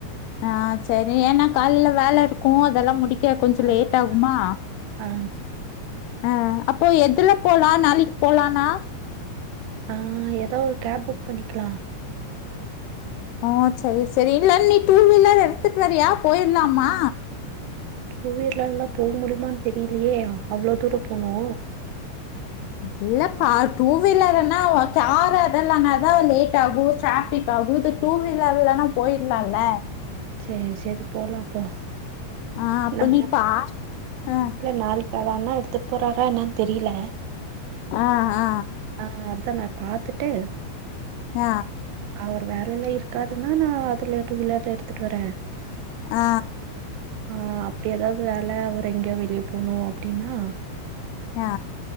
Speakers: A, on the left; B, on the right.
A: ஆ சரி ஏன்னா காலைல வேல இருக்கு அதெல்லா முடிக் க கொஞ்ச
B: அததா
A: லேட் ஆகுமா
B: ஆ
A: ஆ அப்போ எதுல போலா நாளைக்கு போலானா
B: ஆ ஏதா ஒரு கேப் புக் பண்ணிக்லா
A: ஓ செரி செரி இல்ல நீ டூ வீலர் எடுத்துட்டு வர்யா போயிர்லாமா
B: கூவிலர்ல போ முடியுமானு தெரிலியே அவ்ளோ தூர போணு
A: இல்ல பா டூ வீலர்ருன்னா ஓகே கார் அதுல்லனதா லேட் ஆகு டிராஃபிக் தகுது டூ வீலர்லனா போயிர்லால்ல
B: செரி செரி போலா அப்போ
A: ஆ அப்ப
B: நா
A: நீ பா ஆ
B: இல்ல நாளைக் அத அண்ணா எடுத்துட் போறாரா என்னன் தெரியில
A: ஆ ஆ
B: ஆ அத நா பாத்துட்டு
A: ஆ
B: அவர் வேலைல இருக்காருனா நா அதுல டூ வீலர்ல எடுத்துட்டு வர
A: ஆ
B: ஆ அப்டி ஏதாவது வேல அவர் எங்கேய வெளியே போணு அப்டினா
A: ஆ